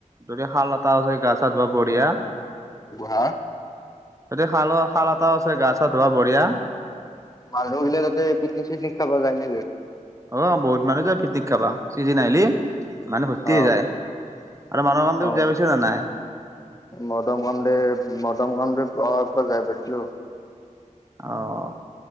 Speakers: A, on the right; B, on the left.
A: যদি শাল এটা আছে গা ছা ধুৱা বঢ়িয়া'
B: হা,
A: ততি শাল। শাল এটা আছে গা চা ধুোৱা বঢিয়া।
B: মানুহ গিলে তাতে পিকনিক চিকনিক খাবা যায় নেকি?
A: অ বহুত মানুহ যাই পিকনিক খাবা চিজিন আহলি। মানুহ ভৰ্তি
B: অ
A: হৈ যায় আৰু মানুহৰ কামটো
B: অ
A: যায় <inaudible> নাই
B: মদম কানডে মদম কানডে পা পৰা যাই পাছিলো।
A: অঁ।